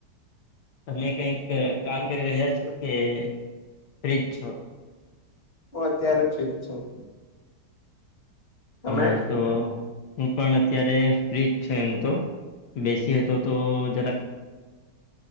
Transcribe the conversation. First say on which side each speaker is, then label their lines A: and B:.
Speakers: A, on the left; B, on the left.
A: તમે કઈક કામ કરી રહ્યા છો કે ફ્રી જ છો?
B: હું અત્યારે ફ્રી જ છું. તમે
A: હા તો હું પણ અત્યારે ફ્ર્રી જ છો એમ તો બેસીયે તો તો જરાક